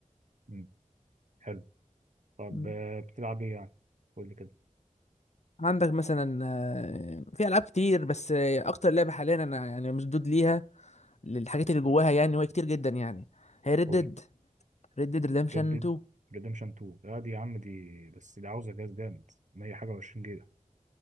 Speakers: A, on the right; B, on the left.
A: مم، حلو طب
B: مم.
A: آه، بتلعب ايه يعني قول لي كده
B: عندك مثلا آه، في العاب كتير بس آه، اكتر لعبه حاليا انا يعني مشدود ليها للحاجات اللي جواها يعني وهي كتير جدا يعني هي ريد
A: قول
B: ديد
A: لي
B: ريد ديد ريدمشن
A: ريد ديد
B: 2
A: ريدمشن 2 لا دي يا عم دي بس دي عاوزة جهاز جامد 100 حاجة و20 جيجا